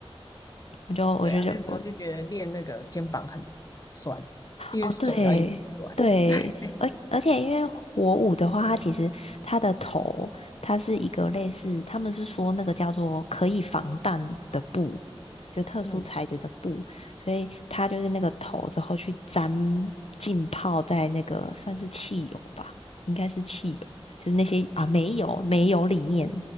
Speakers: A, on the left; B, on the left.
A: 我就我就就我
B: 对啊，那时候就觉得练那个肩膀很酸，因为手要一直转。
A: 哦，对对，
B: <laughs>
A: 而而且因为火舞的话，它其实它的头，它是一个类似，他们是说那个叫做可以防弹的布，就特殊材质的布，
B: 嗯
A: 所以它就是那个头之后去沾浸泡在那个算是汽油吧，应该是汽油，就是那些啊煤油煤油里面，